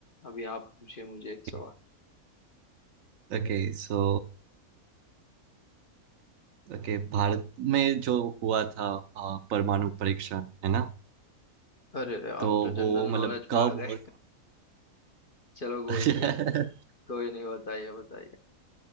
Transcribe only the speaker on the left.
अभी आप पूछिए मुझे एक सवाल
अरे अरे
आप तो
जनरल
नॉलेज
पे आ गए
<laughs> चलो कोई
नहीं कोई नहीं बताइए बताइए